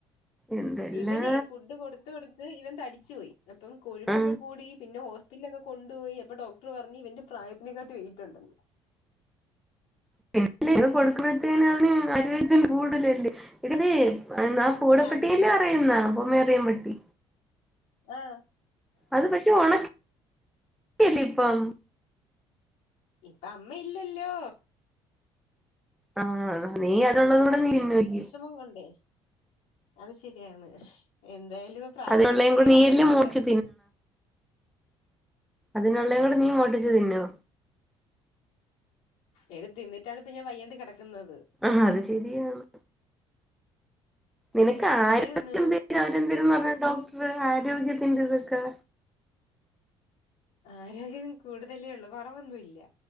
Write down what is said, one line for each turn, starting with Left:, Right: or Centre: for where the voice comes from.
Centre: എന്തെല്ലാ
Left: ഇവനെ കൊടുത്ത് ഫുഡ് കൊടുത്ത് ഇവൻ തടിച്ചു പോയി. അപ്പം കൊഴുപ്പൊക്കെ
Centre: ആ
Left: കൂടി പിന്നെ ഹോസ് പിറ്റലിലൊക്കെ കൊണ്ടുപോയി അപ്പൊ ഡോക്ടർ പറഞ്ഞ് ഇവന്റെ പ്രായത്തിനേക്കാട്ടി വെയിറ്റുണ്ടെന്ന്.
Centre: <unintelligible> കൊടുക്കണത്തേന് അവന് <unintelligible> കൂടുതലല്ലേ എടീ ഇത് എന്താ പൂടപ്പട്ടീൻ്റെ
Left: അത് ശരി
Centre: അറിയുന്നാ. പൊമേറിയൻ പട്ടി
Left: ഏഹ്
Centre: അത് പക്ഷെ ഉണക്കി അല്ലെ ഇപ്പം.
Left: ഇപ്പം അമ്മ ഇല്ലല്ലോ
Centre: ആഹ് നീ ഒരെണ്ണം കൂടെ നീ തിന്നുവായിരിക്കും.
Left: മം കൊണ്ടേ അത് ശരിയാണ്. എന്തായാലും ആഹ് പ്രായത്തിനെക്കാട്ടി
Centre: അതിനുള്ളേം കൂടെ
Left: വെയിറ്റാണ്
Centre: നീയല്ലേ മോടിച്ച്
Left: എല്ലാർക്കും
Centre: അതിനുള്ളേയും
Left: അതെ
Centre: കൂടി നീ മോട്ടിച്ചു തിന്നോ?
Left: എടി തിന്നിട്ടാണ് ഇപ്പ ഞാൻ വയ്യാണ്ട് കിടക്കുന്നത്.
Centre: ആഹ് അത് ശരിയാണ്. നിനക്ക്
Left: അത് ശരിയാണ്
Centre: ആരോഗ്യ എന്തേര് അവരെന്തേരുന്ന് പറഞ്ഞ് ഡോക്ടർ ആരോഗ്യത്തിൻ്റെ ഇതൊക്കെ?
Left: ആരോഗ്യം കൂടുതലേ ഉള്ളൂ. കുറവൊന്നൂല്യ